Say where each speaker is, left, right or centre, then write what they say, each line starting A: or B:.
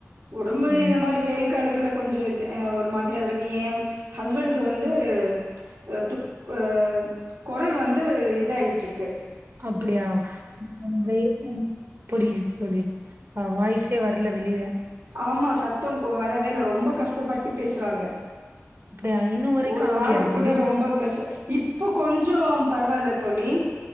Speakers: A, on the right; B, on the right.
A: உடம்பு
B: ம்
A: இந்த மாரி வெயில் காலத்துல கொஞ்சொ இது அ ஒரு மாதிரி அவருக்கு ஏ ஹஸ்பண்ட்க்கு வந்து அ துக் ஆ கொரல் வந்து இதாயிட்ருக்கு
B: அப்புடியா <unintelligible> புரியிது தோழி அ வாய்ஸே வர்ல வெளிய
A: ஆமா சத்தொக் வரவேல்ல ரொம்ப கஷ்டப்பட்டு பேசுறாங்க
B: அப்டியா இன்னு வரைக்கு
A: ஒரு
B: ஆகலையா
A: வார்த்த
B: தோழி
A: கூட ரொம்ப கச இப்ப கொஞ்சொ பரவால்ல தோழி